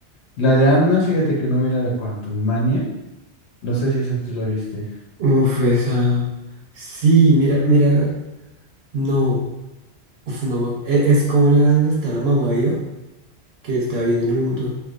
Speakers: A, on the left; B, on the right.
A: La de Ant-Man, fíjate que no vi la de Quantum Mania, no sé si esa tú la viste.
B: Uf, esa... Sí, mira, mira, no. Uf, no me ac- e- Es como la donde está la mamá viva, que está viendo en el mundo,